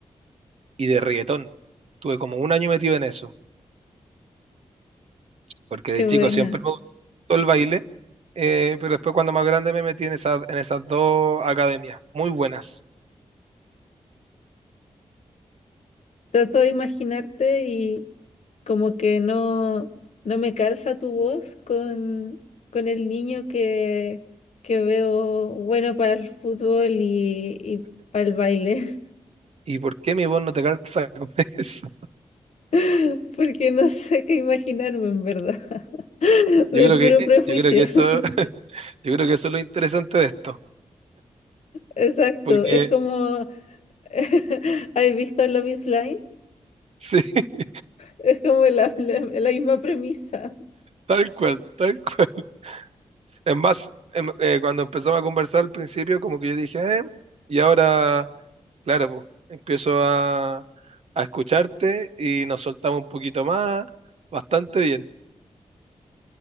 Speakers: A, on the right; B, on the left.
A: y de reggaetón. Tuve como un año metido en eso, porque
B: Qué
A: de chico
B: buena.
A: siempre me gustó el baile, eh, pero después cuando más grande me metí en esas, en esas dos academias, muy buenas.
B: Trato de imaginarte y Como que no, no me calza tu voz con, con el niño que, que veo bueno para el fútbol y, y para el baile,
A: ¿Y por qué mi voz no te calza con <laughs> eso?
B: <laughs> porque no sé qué imaginarme en verdad, <laughs> de
A: Yo creo
B: puro
A: que, eh,
B: prejuicio.
A: yo creo que eso,
B: <laughs>
A: <laughs> yo creo que eso es lo interesante de esto,
B: Exacto,
A: porque
B: es como, <laughs> ¿has visto Love is Blind?
A: sí, <laughs>
B: Es como la, la, la misma premisa.
A: tal cual, tal cual. Es más, em- eh, cuando empezamos a conversar al principio, como que yo dije, eh, y ahora, claro, pues, empiezo a, a escucharte y nos soltamos un poquito más, bastante bien.